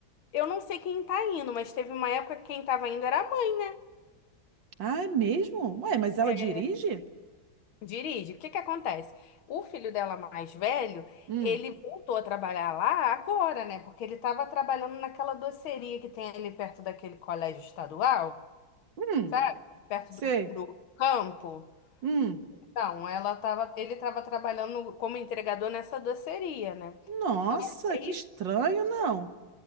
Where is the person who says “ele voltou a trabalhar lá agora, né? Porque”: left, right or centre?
Left